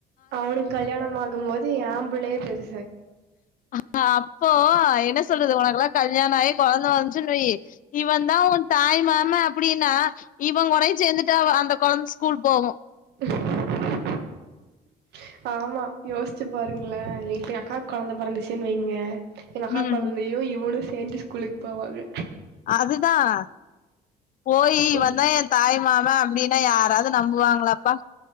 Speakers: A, on the right; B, on the left.
A: அவனுக்கு கல்யாணம் ஆகும் போது ஏம்புள்ளய சரி
B: ஆ அப்போ என்ன சொல்றது உனக்கெல்லா கல்யாணோ ஆயி போனு வந்த்ச்சுனு வையி இவந்தா ஒன் தாய் மா ம்ம அப்படின்னா இவங்கூடயு சேந்துட் த்த அந்த கொழந்த ஸ்கூல் போகு
A: ம் ஆமா யோசிச்சு பாருங்களே இப்ப எங்க அக்காக்கு கொழந்த பொறந்துச்சினு வைங்க எங்க அக்கா
B: ம்
A: கொழந்தையு இவனு சேந்து ஸ்கூலுக்கு போவாங்க
B: அதுதான் போயி
A: கூட்
B: வந்தா என் தாய் மாமன் அப்படின்னா யாராவது து நம்புவாங்களாப்பா